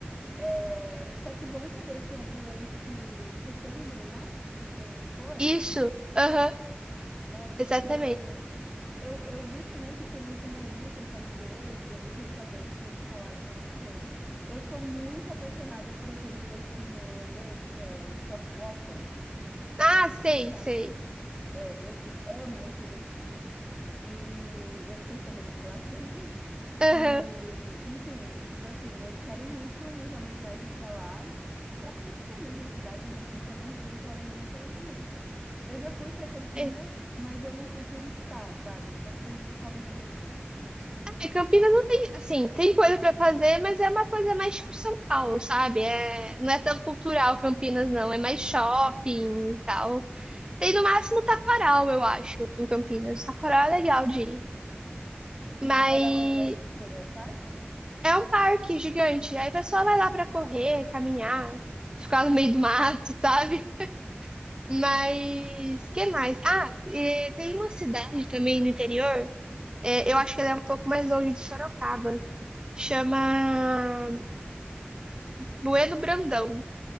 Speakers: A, in the centre; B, on the right.
A: é só que bom saber que é durante setembro, né, que tem as flores,
B: Isso. Aham,
A: é porque
B: exatamente.
A: Eu, eu vi também que tem esse moinho que eu quero ver, e os restaurantes já me falaram muito bem. Eu sou muito apaixonada por aquele docinho holandês que é stroopwafel,
B: Ah, sei,
A: sabe?
B: sei.
A: É, eu amo esse docinho e eu fiquei sabendo que lá <laughs> tem.
B: Aham.
A: E, enfim, tipo assim, eu quero muito planejar uma viagem para lá, para conhecer mesmo a cidade, né? Porque é uma região que eu ainda não conheço muito. Eu já fui para Campinas,
B: É,
A: mas eu não fui turistar, sabe? Eu só fui visitar uns amigos.
B: é, Campinas não tem, assim, tem coisa pra fazer, mas é uma coisa mais tipo São Paulo, sabe? É, não é tão cultural Campinas, não. É mais shopping e tal. Tem no máximo Taquaral, eu acho, em Campinas. Taquaral é legal de ir. Mas
A: Taquaral é, é o quê? É um parque?
B: É um parque gigante. Aí o pessoal vai lá pra correr, caminhar, ficar no meio do mato, <laughs> sabe? Mas que mais? Ah, e tem uma cidade também no interior. é, eu acho que ela é um pouco mais longe de Sorocaba. Chama Bueno Brandão.